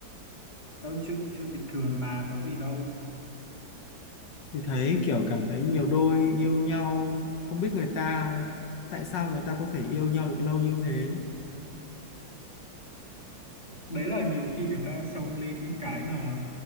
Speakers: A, on the left; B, on the left.
A: Đó, chuyện chuyện bình thường mà có gì đâu
B: thì thấy kiểu cảm thấy nhiều đôi yêu nhau không biết người ta tại sao người ta có thể yêu nhau được lâu như thế
A: đấy là nhiều khi người ta sâu lên những cái mà